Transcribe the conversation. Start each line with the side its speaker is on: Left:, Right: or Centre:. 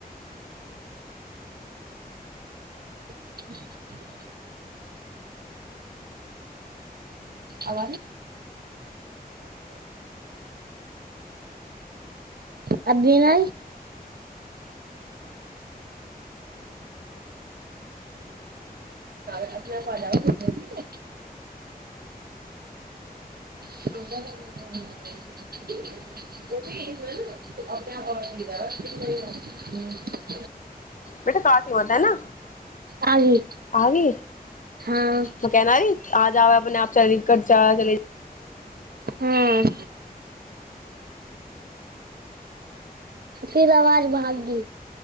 Right: ह। अभ अभना अपना प ल ठै अपने
Left: बेटा काठी मात ह ने
Right: आ गई
Left: आछ
Right: हाँ
Left: त केना आजउै अपने चल कर जाा चल
Right: हँ फिर आवाज भाग गी